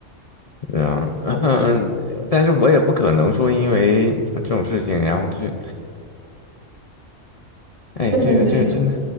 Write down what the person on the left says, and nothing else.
嗯嗯 <laughs> 但是我也不可能说因为这种事情，然后去，哎，
这个这个真的。